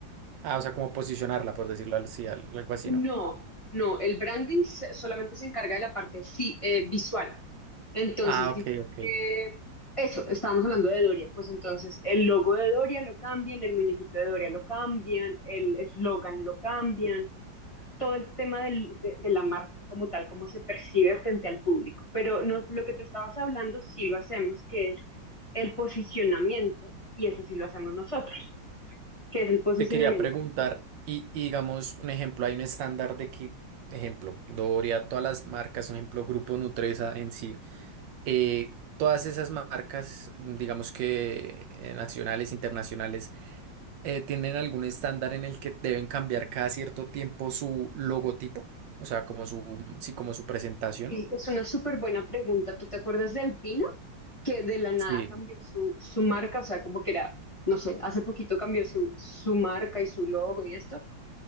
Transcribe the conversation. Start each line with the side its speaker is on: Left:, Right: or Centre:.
Right: Ah, o sea, como posicionarla, por decirlo así, al- algo así,
Left: No,
Right: ¿no?
Left: no, el branding se- solamente se encarga de la parte fi- eh, visual. Entonces,
Right: Ah, ok,
Left: di-
Right: ok.
Left: eh, eso, estábamos hablando de Doria, pues entonces el logo de Doria lo cambian, el muñequito de Doria lo cambian, el eslogan lo cambian, todo el tema del- de, de la marca como tal, cómo se percibe frente al público. Pero no, lo que tú estabas hablando sí lo hacemos, que es el posicionamiento, y eso sí lo hacemos nosotros, que es el posicionamiento
Right: Te quería preguntar, y, y digamos, un ejemplo, hay un estándar de que, ejemplo, Doria, todas las marcas, un ejemplo, Grupo Nutresa en sí, eh, todas esas marcas, mm, digamos que eh, nacionales, internacionales, eh, ¿tienen algún estándar en el que deben cambiar cada cierto tiempo su logotipo? O sea, como su, sí, como su presentación.
Left: Sí, es una súper buena pregunta. ¿Tú te acuerdas de Alpina? Que de la nada
Right: Sí.
Left: cambió su, su marca, o sea, como que era, no sé, hace poquito cambió su, su marca y su logo y esto.